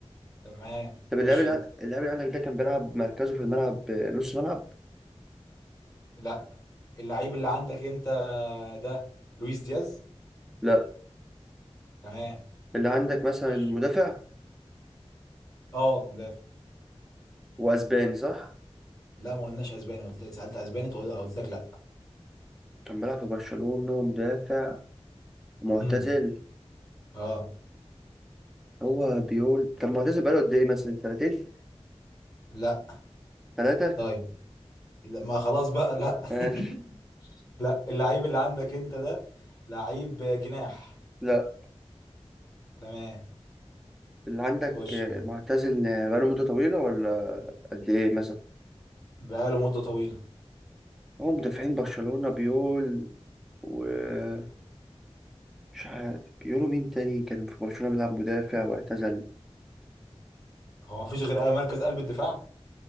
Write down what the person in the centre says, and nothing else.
طب
اللاعب اللي
اللاعب اللي عندك ده كان بيلعب مركزه في الملعب آه، نص ملعب
لا
اللي عندك مثلا
مدافع
واسباني صح
كان بيلعب في برشلونة ومدافع معتزل
هو بيقول طب معتزل بقاله قد ايه مثلا سنتين
ثلاثة
ماشي
لا
اللي عندك
آه،
معتزل آه، بقاله مدة طويلة ولا قد ايه مثلا
هو مدافعين برشلونة بيقول ومش عارف بيقولوا مين تاني كان في برشلونة بيلعب مدافع واعتزل